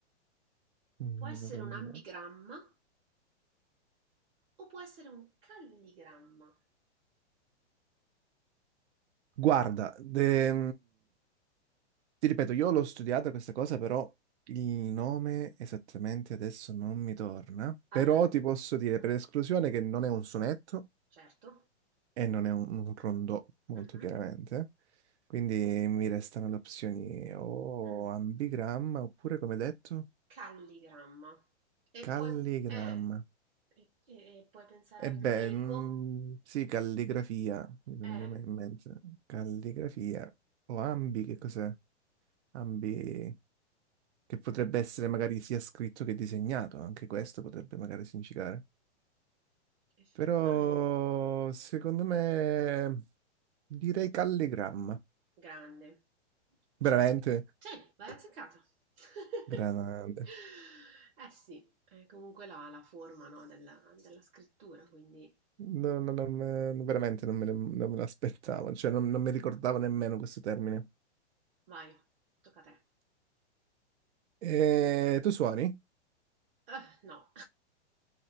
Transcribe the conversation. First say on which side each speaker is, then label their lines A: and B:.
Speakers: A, on the right (about 70°); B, on the right (about 50°).
A: mm,
B: può essere
A: una ronda.
B: un ambigramma o può essere un calligramma.
A: Guarda, de- Ti ripeto, io l'ho studiata questa cosa, però il nome esattamente adesso non mi torna.
B: Allora,
A: Però ti posso dire
B: mm,
A: per esclusione che non è un sonetto
B: certo.
A: e non è un, un rondò, molto
B: mhm,
A: chiaramente. Quindi mi restano le opzioni o
B: mm,
A: ambigramma oppure, come detto,
B: calligramma. E
A: calligramma.
B: poi, eh, e- e- e puoi pensare
A: E
B: al
A: beh,
B: greco.
A: mm, sì, calligrafia, mi viene
B: Mm. Eh,
A: da me in mente. Calligrafia o ambi, che cos'è? Ambi. che potrebbe essere magari sia scritto che disegnato, anche questo potrebbe magari significare.
B: effettivamente.
A: Però secondo me direi calligramma,
B: Grande.
A: veramente
B: Ce l'hai sì, l'hai azzeccata. <laughs>
A: grande.
B: Eh sì, è comunque la la forma, no, della della scrittura, quindi
A: No, no, no, me- no, veramente non me, le- non me l'aspettavo, cioè non, non mi ricordavo nemmeno questo termine.
B: vai, tocca a te.
A: E tu suoni?
B: Ah, no.